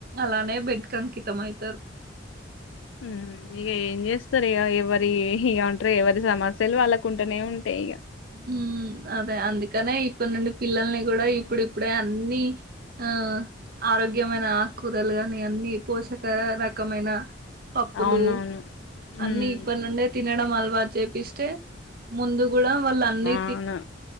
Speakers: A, on the right; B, on the left.
A: అలానే బెడ్ అంకితం అయితారు
B: ఉమ్ ఇగా ఏ చేస్తారు ఇగా ఎవరి ఇ ఉంట్ర ఎవరి సమా సలు వాళ్కుంటేనే ఉంటాయిక
A: ఉమ్ అదే అందుకనే ఇప్పుడు నుండి పిల్లల్ని కూడా ఇప్పుడు ఇప్పుడే అన్ని ఆ ఆరోగ్యమైన కూరలు కాని అన్ని పోసి రక రకమైన పప్పులు
B: అవునవును
A: అన్ని
B: ఉమ్
A: ఇప్పటి నుండే తినడం అలవాటు చేపిస్తే ముందు కూడా వాళ్ళు అన్నీ
B: అవునా